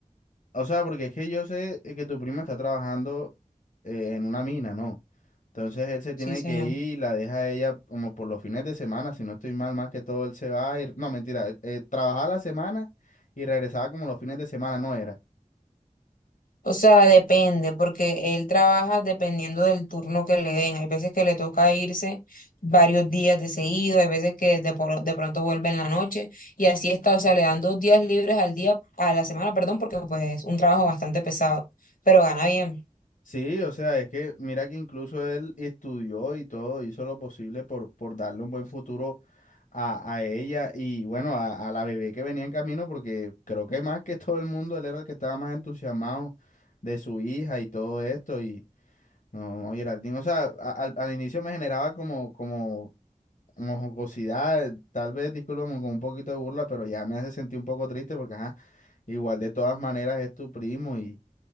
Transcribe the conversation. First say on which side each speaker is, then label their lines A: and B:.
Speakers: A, on the left; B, on the left.
A: O sea, porque es que yo sé eh, que tu primo está trabajando eh, en una mina, ¿no? Entonces él se tiene
B: Sí, señor.
A: que ir y la deja a ella como por los fines de semana, si no estoy mal, más que todo él se va a ir. No, mentira, él, eh, trabajaba la semana y regresaba como los fines de semana, no era.
B: O sea, depende, porque él trabaja dependiendo del turno que le den. Hay veces que le toca irse varios días de seguido, hay veces que de, por- de pronto vuelve en la noche y así está. O sea, le dan dos días libres al día, a la semana, perdón, porque pues es un trabajo bastante pesado, pero gana bien.
A: Sí, o sea, es que mira que incluso él estudió y todo, hizo lo posible por, por darle un buen futuro a, a ella y bueno, a, a la bebé que venía en camino, porque creo que más que todo el mundo, él era el que estaba más entusiasmado de su hija y todo esto. Y no, no, Geraldine, o sea, a- al, al inicio me generaba como, como, como jocosidad, tal vez, discúlpame, con un poquito de burla, pero ya me hace sentir un poco triste porque, ajá, igual de todas maneras es tu primo y.